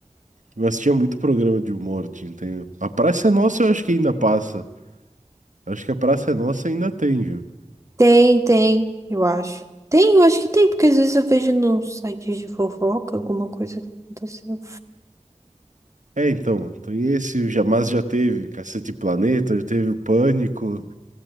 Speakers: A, on the right; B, on the right.
A: Mas tinha muito programa de humor, tinha, tem- A Praça é Nossa eu acho que ainda passa. Acho que a Praça é Nossa ainda tem, viu?
B: Tem, tem, eu acho. Tem, eu acho que tem, porque às vezes eu vejo num site de fofoca alguma coisa que aconteceu.
A: É, então, tem esse, o Jamais já teve, Cacete e Planeta, já teve o Pânico,